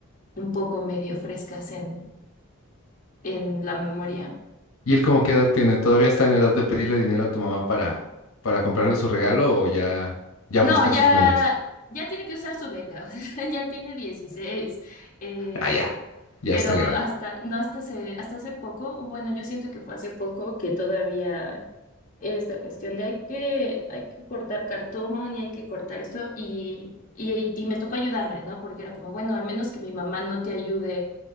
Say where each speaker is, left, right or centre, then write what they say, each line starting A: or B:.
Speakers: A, on the left; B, on the left.
A: un poco medio frescas en, en la memoria.
B: ¿Y él como qué edad tiene? ¿Todavía está en edad de pedirle dinero a tu mamá para, para comprarle su regalo o ya, ya
A: No,
B: busca
A: ya,
B: sus medios?
A: ya tiene que usar su beca, <laughs> o sea, ya tiene 16. eh,
B: Ah, ya. Ya
A: Pero
B: está grande.
A: hasta, no, hasta hace, hasta hace poco, bueno, yo siento que fue hace poco que todavía era esta cuestión de hay que, hay que cortar cartón y hay que cortar esto y, y, y me tocó ayudarle, ¿no? Porque era como, bueno, al menos que mi mamá no te ayude